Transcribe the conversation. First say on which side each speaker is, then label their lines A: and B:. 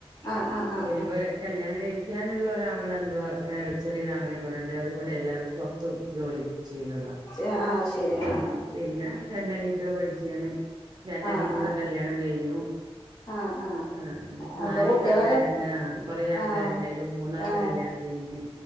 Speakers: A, on the left; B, on the right.
A: ആഹ് ആഹ് ആഹ്
B: ഇനിയിപ്പോ കല്യാണം കഴി പിക്കാനുള്ള ഒരാങ്ങള ണ്ട് ഗൾ ചെറിയാങ്ങളീം കൂടെണ്ട് <unintelligible> എല്ലരും പുറത്തു ജോലി ജീനത
A: ആഹ് ആഹ് ശരി ആഹ്
B: ഉം പിന്നെ രണ്ടാനീത്തികൾ പഠിക്കുകയാണ് രണ്ടനീത്തിൾടെ
A: ആഹ്
B: കല്യാണം കഴിഞ്ഞു
A: ആഹ് ആഹ് ആഹ്
B: ആ
A: അപ്പൊ
B: നാല്
A: കുട്ടികളൊക്കെ
B: കക്കാരുണ്ട് കൊറെേ ആൾക്കാരുണ്ടായലും
A: ആഹ്
B: മൂന്നാമത്
A: ആഹ്
B: കല്യാണം കഴിഞ്ഞ്